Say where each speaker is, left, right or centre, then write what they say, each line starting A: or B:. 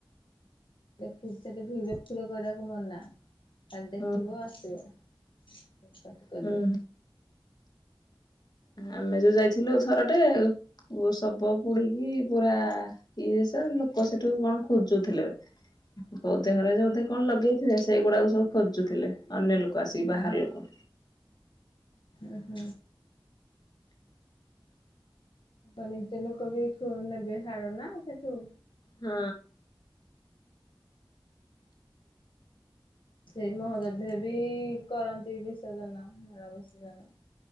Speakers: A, on the left; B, on the left.
A: ଦେଖିଛି ସେଠି ଭିଡଅ ଫିଡି କରିବାକୁ ମନା କାଲି ଦେଖିବ
B: ହୁଁ
A: ଆସିବ। କଟ୍ କଟ୍ କାଲୁଆ
B: ହୁଁ ଆମେ ଯୋଉ ଯାଇଥିଲୁ ଥରଟେ ବଉ ଶବ ପୋଡିକି ପୁରା ଇଏ ସ ଜିନଷ ଲୋକ ସେଠୁ କଣ ଖୋଜୁଥିଲେ। କୋଉ ଦେହରେ ବଧେ କଣ ଲଗେଇଥିଲେ ସେଇଗୁଡାକୁ ସବୁ ଖୋଜୁଥିଲେ ଅନ୍ୟ ଲୋକ ଆସିକି ବାହାର ଲୋକ।
A: ଅ ହ ତ ନିଜ ଲୋକ ବି ପୁଣି ନେବେ ନା ହାଡ ସେଠୁ।
B: ହଁ।
A: ସେଇ ମହୋଦଧରେ ବି କରନ୍ତି ବିସର୍ଜନ ମର ବିଷର୍ଜନ।